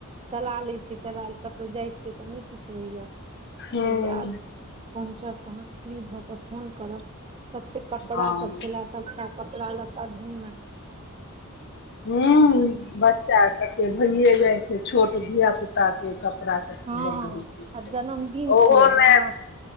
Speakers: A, on the right (about 25°); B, on the left (about 50°).
A: चला लै छियै चला कतहु जाइ छियै तऽ नय किछ रहैय
B: हूं
A: कहलियै आब पहुँचब तहन फ्री भऽ कऽ फोन करब तते कपड़ा
B: हँ
A: सब छले सबटा कपड़ा लत्ता धुमे
B: हुँ बच्चा सबके भइए जाइ छै छोट धिय पुता छिये कपड़ा सब
A: हँ
B: तऽ <unintelligible>
A: आ
B: छै
A: जन्मदिन
B: ओहोमे
A: छलै ने हँ